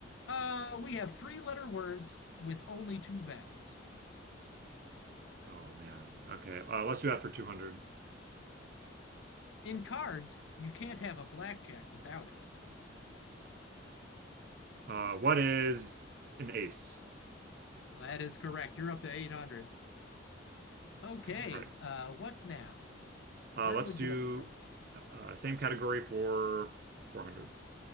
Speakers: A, on the left; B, on the right.
A: Uh, we have three letter words with only two vowels.
B: Oh man. Okay. Uh, let's do that for 200.
A: In cards, you can't have a blackjack without it.
B: Uh, what is an ace?
A: Well, that is correct. You're up to 800. Okay.
B: All right.
A: Uh, what now?
B: Uh,
A: Where
B: let's
A: would
B: do
A: you like to go?
B: uh, same category for 400.